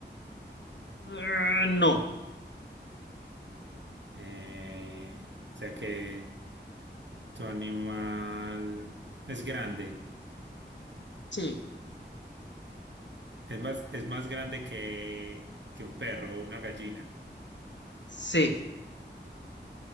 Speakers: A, on the left (about 75°); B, on the right (about 75°).
A: Eh, no.
B: Eh, o sea que tu animal es grande.
A: Sí.
B: Es más, es más grande que, que un perro o una gallina.
A: Sí.